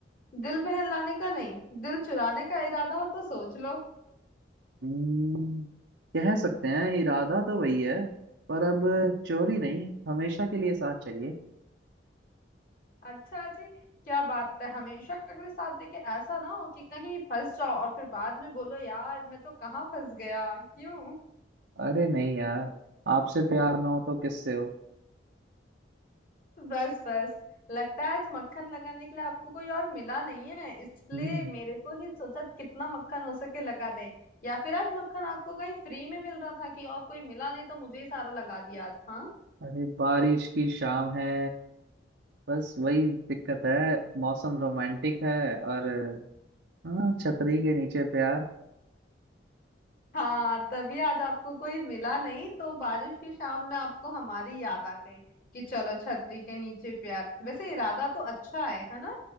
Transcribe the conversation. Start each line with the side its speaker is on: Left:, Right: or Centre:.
Left: दिल बहलाने का नहीं दिल चुराने का इरादा हो तो सोच लो
Right: हम्म, कह सकते हैं इरादा तो वही है पर अब चोरी नहीं हमेशा के लिए साथ चाहिए
Left: अच्छा जी क्या बात है हमेशा अगले साथ दे के ऐसा ना हो कि कहीं फंस जाओ और फिर बाद में बोलो यार मैं तो कहाँ फंस गया क्यों
Right: अरे नहीं यार आपसे प्यार ना हो तो किससे हो
Left: बस बस लगता है आज मक्खन लगाने के लिए आपको कोई और मिला नहीं है इसलिए
Right: हम्म
Left: मेरे को ही सोचा कितना मक्खन हो सके लगा दें या फिर आज मक्खन आपको कहीं फ्री में मिल रहा था कि और कोई मिला नहीं तो मुझे ही सारा लगा दिया आज हाँ
Right: अरे बारिश की शाम है बस वही दिक्कत है मौसम रोमांटिक है और हाँ छतरी के नीचे प्यार
Left: हाँ तभी आज आपको कोई मिला नहीं तो बारिश की शाम में आपको हमारी याद आ गई कि चलो छतरी के नीचे प्यार वैसे इरादा तो अच्छा है है ना